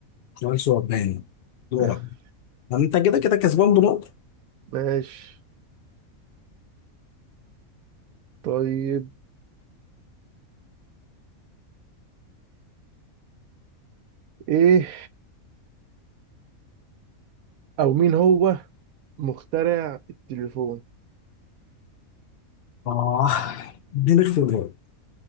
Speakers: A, on the left; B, on the right.
A: شغال صور باين دورك
B: <laughs>
A: ما انت كده كده كسبان بنقطة
B: ماشي طيب إيه أو مين هو مخترع التليفون
A: اه اديني اختيارات